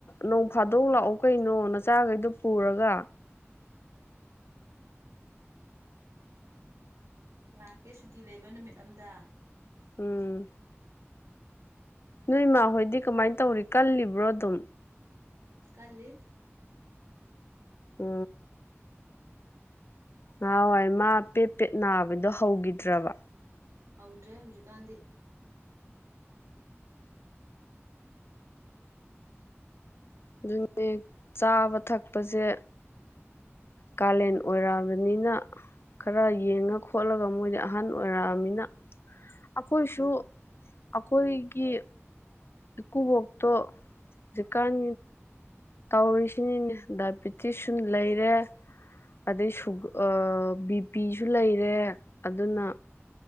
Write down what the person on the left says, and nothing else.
ꯅꯣꯡ ꯐꯥꯗꯣꯛ ꯂꯥꯛꯑꯣ ꯀꯩꯅꯣ ꯅꯆꯥꯈꯩꯗꯨꯣ ꯄꯨꯔꯒ
ꯎꯝ ꯅꯣꯏ ꯏꯃ ꯍꯣꯏꯗꯤ ꯀꯃꯥꯏꯅ ꯇꯧꯔꯤ ꯀꯜꯂꯤꯕ꯭ꯔꯣ ꯑꯗꯨꯝ
ꯑ ꯅꯍꯥꯟꯋꯥꯏ ꯃꯥ ꯄꯦꯠ ꯄꯦꯠ ꯅꯥꯕꯗꯣ ꯍꯧꯈꯤꯗ꯭ꯔꯕ
ꯑꯗꯨ ꯆꯥꯕ ꯊꯛꯄꯁꯦ ꯀꯥꯂꯦꯟ ꯑꯣꯏꯔꯛꯑꯕꯅꯤꯅ ꯈꯔ ꯌꯦꯡꯉ ꯈꯣꯠꯂꯒ ꯃꯣꯏꯗꯤ ꯑꯍꯟ ꯑꯣꯏꯔꯛꯑꯃꯤꯅ ꯑꯩꯈꯣꯏꯁꯨ ꯑꯩꯈꯣꯏꯒꯤ ꯏꯀꯨꯕꯣꯛꯇꯣ ꯖꯤꯀꯥꯟ ꯇꯧꯔꯤꯁꯤꯅꯤꯅꯦ ꯗꯥꯏꯕꯤꯦꯇꯤꯁꯁꯨ ꯂꯩꯔꯦ ꯑꯗꯩ ꯁꯨ ꯕꯤ ꯄꯤꯁꯨ ꯂꯩꯔꯦ ꯑꯗꯨꯅ